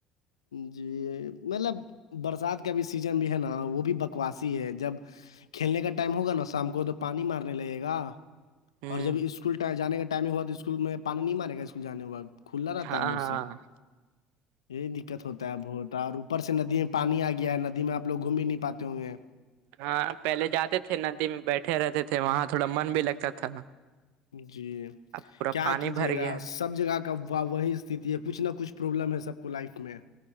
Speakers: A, on the left; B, on the right.
A: جی مطلب برسات کا بھی سیزن بھی ہے نا وہ بھی بکواسی ہے جب کھیلنے کا ٹائم ہوگا نا شام کو تو پانی مارنے لگے گا
B: ہوں
A: اور جب اسکول جانے کا ٹائم ہی ہوا تو اسکول میں پانی نہیں مارے گا اسکول جانے کے وقت کھلا رہتا
B: ہاں
A: ہے موسم
B: ہاں
A: یہ دقت ہوتا ہے بہت اور اوپر سے ندی میں پانی آ گیا ہے ندی میں آپ لوگ گھوم بھی نہیں پاتے ہوں گے
B: ہاں پہلے جاتے تھے ندی میں بیٹھے اٹھے رہتے تھے وہاں تھوڑا من بھی لگتا تھا
A: جی
B: اب پورا
A: کیا
B: پانی
A: کیجیے
B: بھر
A: گا
B: گیا
A: سب جگہ کا و وہی استھتی ہے کچھ نہ کچھ پرابلم ہے سب کو لائف میں